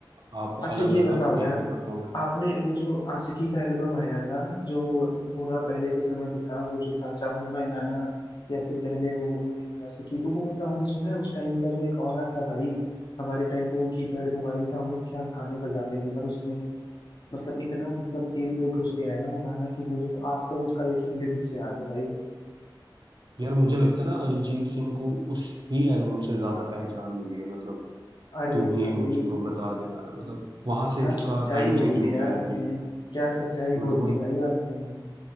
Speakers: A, on the right (about 60°); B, on the left (about 60°).
A: आप
B: अच्छा
A: अलग
B: ये
A: अलग
B: बताओ
A: अपनी
B: यार
A: अपनी परफॉर्मेंस
B: आपने वो जो आशिकी का एल्बम आया था जो पूरा पहले के समय पे था वो जो था चाहूं मैं या ना या फिर कह ले वो मेरी आशिकी तो वो मतलब आपने सुना है उस टाइम का जो एक ऑरा था भाई हमारे टाइम पे वो कीपैड मोबाइल था हम लोग क्या गाने बजाते थे यार उसमें मतलब इतना मतलब दिल में घुस गया है ना वो गाना कि मुझे तो आज तक उसका एक एक लिरिक्स याद है भाई
A: यार मुझे लगता है ना अरिजीत सिंह को उस ही एल्बम से ज्यादा पहचान मिली है मतलब
B: अरे
A: तू ही
B: भाई
A: है मुझको बता दे यार मतलब वहां से
B: क्या
A: उसका
B: सच्चाई
A: टाइम
B: बोल
A: चेंज
B: दी
A: हो
B: यार
A: गया अरिजीत
B: आपने
A: का
B: क्या सच्चाई
A: मतलब
B: बोल
A: वो
B: दी भाई आपने